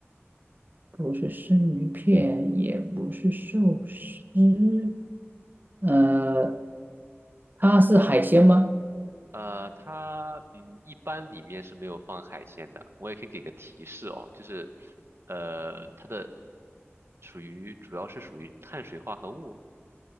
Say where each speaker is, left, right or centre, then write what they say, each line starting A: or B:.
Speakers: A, on the right; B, on the right.
A: 不是生鱼片，也不是寿司，呃，它是海鲜吗？
B: 呃，它嗯，一般里面是没有放海鲜的。我也可以给个提示哦，就是呃，它的属于主要是属于碳水化合物，